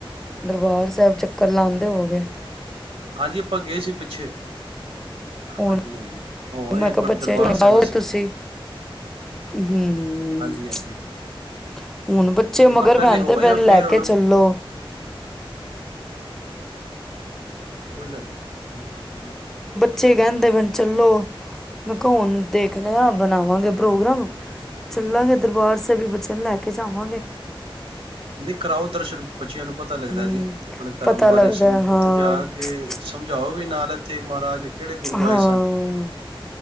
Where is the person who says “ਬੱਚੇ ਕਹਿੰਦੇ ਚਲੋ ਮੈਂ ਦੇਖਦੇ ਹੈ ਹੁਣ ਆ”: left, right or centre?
Centre